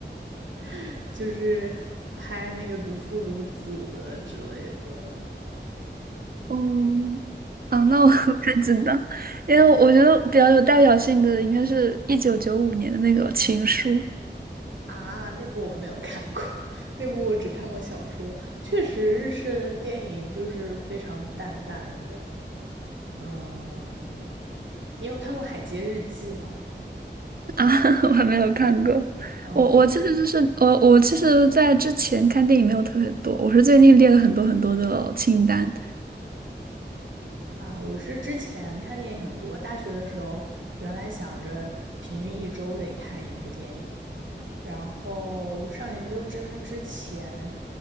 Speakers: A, on the right; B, on the right.
A: <laughs> 就是拍那个《如父如子》之类的
B: 哦，啊，那我 <laughs> 不太知道，因为我觉得比较有代表性的应该是一九九五年的那个《情书》。
A: 啊，那部我没有看过，<laughs> 那部我只看过小说。确实，日式的电影就是非常淡淡的。嗯，你有看过《海街日记》吗？
B: 啊，<laughs> 我还没有看过。
A: 嗯，
B: 我我其实就是我我其实，在之前看电影没有特别多，我是最近列了很多很多的清单。
A: 啊，我是之前看电影很多，大学的时候原来想着平均一周得看一部电影，然后上研究生之前